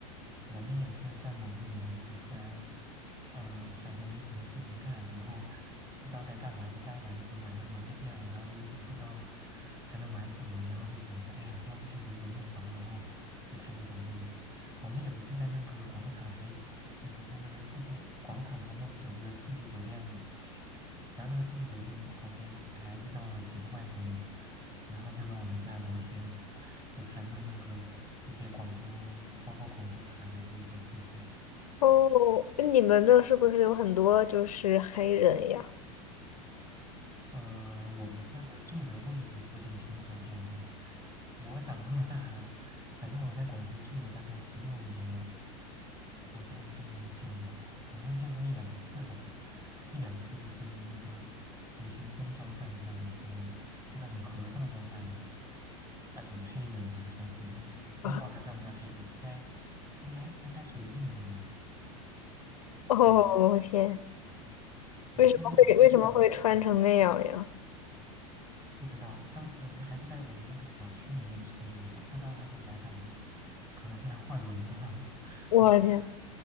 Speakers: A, on the right; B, on the left.
A: 我们也是在某一年，就是突然，嗯，感觉没什么事情干，然后就不知道该干嘛，就该玩的都玩玩个遍了，然后就就不知道还能玩什么，然后就想着，哎呀，要不去走走路吧，然后就开始走路了。我们有一次在那个广场还，就是在那个世纪广场旁边不是有个世纪酒店吗？然后那个世纪酒店旁边就是还遇到了几个外国人，然后就跟我们在聊天，就谈论那个一些广州，包括广州塔呀的一些事情。
B: 哦，你们那是不是有很多就是黑人呀？
A: 呃，我们那个住的位置附近挺少见的。我长这么大，反正我在广州住了大概十六年，好像都没有见过，好像见过一两次吧，一两次就是有那个苦行僧装扮的那种僧人，就那种和尚装扮的那种黑人吧，算是，我也不知道他算不算黑人，
B: <laughs> 啊，
A: 应该应该应该属于印度人。
B: 哦，
A: 对，
B: 我天，
A: 嗯，你说那种黑人，
B: 为什么会为什么会穿成那样呀？
A: 嗯。不知道，当时还是在我们那个小区里面出入的，不知道他是来干嘛的，可能是来化缘的。
B: 我天，
A: <laughs>